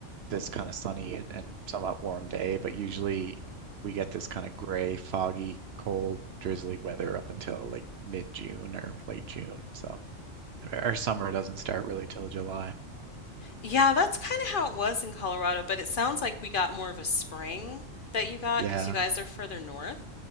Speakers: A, on the right; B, on the left.
A: this kind of sunny and, and somewhat warm day, but usually we get this kind of gray, foggy, cold, drizzly weather up until like mid-June or late June. So our summer doesn't start really till July.
B: Yeah, that's kinda how it was in Colorado, but it sounds like we got more of a spring that you got
A: Yeah.
B: because you guys are further north.